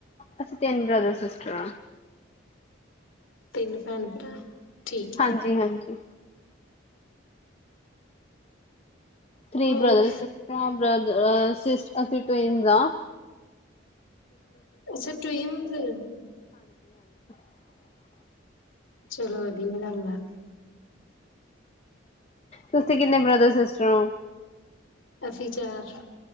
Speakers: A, on the left; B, on the left.
A: ਅੱਛਾ ਤਿੰਨ ਬ੍ਰਦਾਰ ਸਿਸਟਾਰਾਂ
B: ਤਿੰਨ ਭੈਣ ਭਰਾ ਠੀਕ
A: ਹਾਂਜੀ
B: ਆ
A: ਹਾਂਜੀ ਥ੍ਰਰੀ
B: ਹੋਰ
A: ਬ੍ਰਦਰ ਬਦਰ ਅ ਸਿਸ ਅਸੀਂ ਟਵਿਨਜ਼ ਆ
B: ਅੱਛਾ ਟਵਿਨਸ
A: <unintelligible>
B: ਚਲੋ ਵਧੀਆ ਗੱਲ ਆ
A: ਤੁਸੀਂ ਕਿੰਨੇ ਬ੍ਰਦਰ ਸਿਸਟਰ ਓ
B: ਅਸੀਂ ਚਾਰ